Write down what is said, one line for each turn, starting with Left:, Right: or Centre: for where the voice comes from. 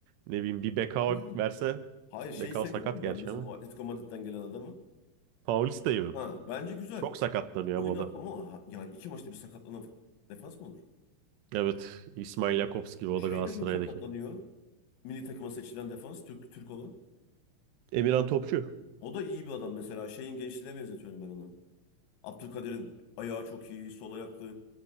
Right: ne bileyim bir Bekao
Left: Tabii canım.
Right: verse
Left: Hayır şeyi
Right: Bekao
Left: seviyorum
Right: sakat gerçi
Left: ben bizim
Right: ama.
Left: o Atletico Madrid'den gelen adamı.
Right: Paulista gibi.
Left: Ha bence güzel.
Right: Çok sakatlanıyor
Left: Oyunu
Right: ama o da.
Left: ama ha- yani iki maçta bir sakatlanan defans mı olur?
Right: Evet İsmail Jakobs gibi o
Left: Şey
Right: da Galatasaray'daki.
Left: de çok sakatlanıyor. Milli takıma seçilen defans Türk Türk olan.
Right: Emirhan Topçu.
Left: O da iyi bir adam mesela. Şeyin gençliğine benzetiyorum ben onu. Abdülkadir'in ayağı çok iyi, sol ayaklı,